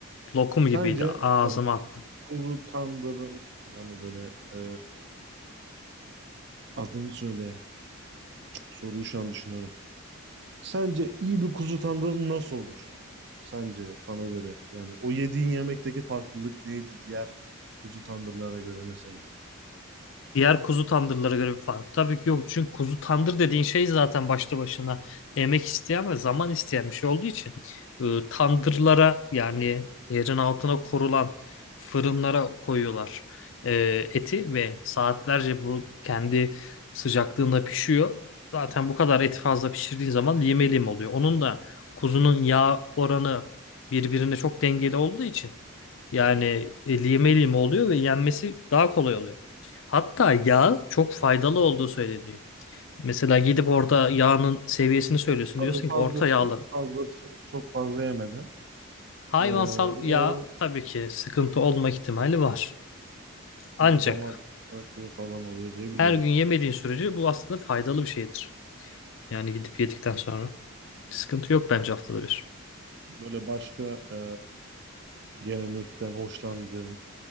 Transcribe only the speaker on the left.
lokum
gibiydi ağzıma
attım.
Diğer kuzu tandırlara göre bir fark. Tabii ki yok. Çünkü kuzu tandır dediğin şey zaten başlı başına emek isteyen ve zaman isteyen bir şey olduğu için e, tandırlara yani yerin altına korulan fırınlara koyuyorlar e, eti ve saatlerce bu kendi sıcaklığında pişiyor. Zaten bu kadar eti fazla pişirdiğin zaman lime lim oluyor. Onun da kuzunun yağ oranı birbirine çok dengeli olduğu için yani e, lime lime oluyor ve yenmesi daha kolay oluyor. Hatta yağ çok faydalı olduğu söyleniyor. Mesela gidip orada yağının seviyesini söylüyorsun.
Diyorsun ki
orta yağlı.
Hayvansal
yağ
tabii ki sıkıntı olma ihtimali var.
Ancak
her gün yemediğin sürece bu aslında faydalı bir şeydir. Yani gidip yedikten sonra. Sıkıntı yok bence haftada bir.